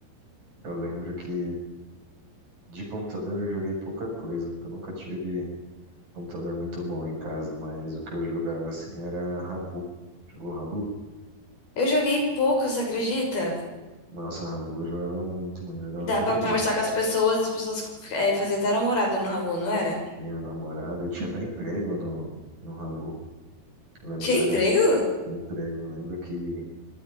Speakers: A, on the right (about 40°); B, on the left (about 55°).
A: Eu lembro que de computador eu joguei pouca coisa, porque eu nunca tive. computador muito bom em casa, mas o que eu jogava assim era Rabu. Jogou Rabu?
B: Eu joguei pouco, você acredita?
A: Nossa, Rabu eu jogava muito, mano. eu Jogava
B: Dá
A: todo
B: pra conversar
A: dia.
B: com as pessoas e as pessoas é, faziam até namorada no Rabu, não era?
A: Tinha namorada, eu tinha até emprego no, no Rabu. Eu lembro
B: Tinha
A: que
B: emprego?
A: era emprego. eu Lembro que